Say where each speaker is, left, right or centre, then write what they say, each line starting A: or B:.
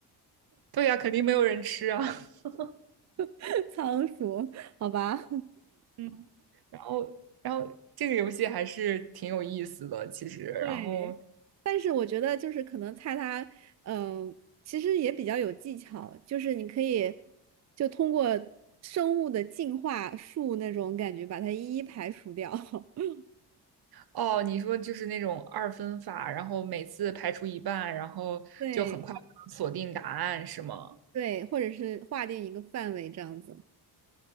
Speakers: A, on the right; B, on the right.
A: 对呀，肯定没有人吃啊。<laughs>
B: <laughs> 仓鼠，好吧。
A: 嗯，然后然后这个游戏还是挺有意思的，其实。
B: 对，
A: 然后
B: 但是我觉得就是可能菜它，嗯、其实也比较有技巧，就是你可以就通过生物的进化树那种感觉把它一一排除掉。<laughs>
A: 哦，你说就是那种二分法，然后每次排除一半，然后就很快锁定答案，
B: 对
A: 是吗？
B: 对，或者是划定一个范围这样子。